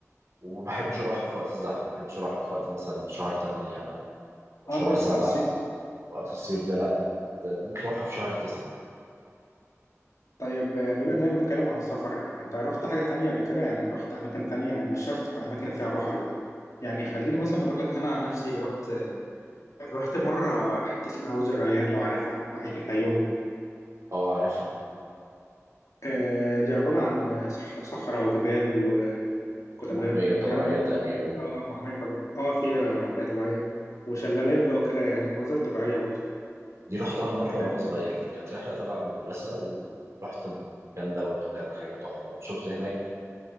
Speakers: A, on the right; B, on the left.
A: وما بحبش اروحها في وقت الزحمه ما بحبش اروحها في وقت مثلا شهر 8 او أو
B: اه
A: شهر
B: الوقت
A: 7
B: بتاع الصيف
A: وقت الصيف ده لا أنت دي تروحها في شهر 9
B: طيب آه، بما إننا بنتكلم عن السفر أنت رحت حاجة تانية قبل كده يعني رحت أماكن تانية مش شرط تكون أماكن فيها بحر وكده يعني خليني مثلا أقول لك أنا عن نفسي رحت رحت مرة حتة اسمها وادي الريان لو عارفها ناحية الفيوم
A: اه عارفها
B: آه دي عبارة عن آه، صح- صحراء وجبال وكنا
A: ومحميه
B: بن-
A: طبيعيه
B: بنعمل
A: تقريبا
B: اه محمية طبيعية اه فيها محمية طبيعية وشلالات بقى وكده يعني مناظر طبيعية برضو
A: دي رحتها مرة وأنا
B: يعني
A: صغير كانت رحلة تبع المدرسة ورحت المكان دوت وكان حاجة تحفة وشفت هناك